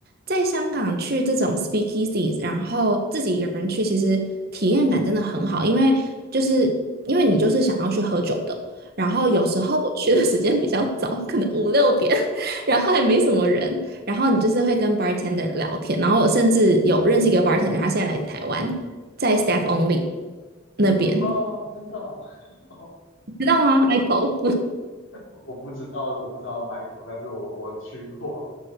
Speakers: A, on the right; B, on the left.
A: 在香港去这种 speakeasies，然后自己一个人去，其实体验感真的很好，因为就是因为你就是想要去喝酒的，然后有时候我去的时间比较早，
B: 嗯，
A: 可能五六点，<laughs> 然后也没什么人，然后你就是会跟 bartender 聊天，然后我甚至有认识一个 bartender，他现在来台湾，在 staff only 那边，
B: 哦，真的哦，<laughs>
A: 你知道吗，Michael？
B: 我不知道我不知道 Michael，但是我我去过，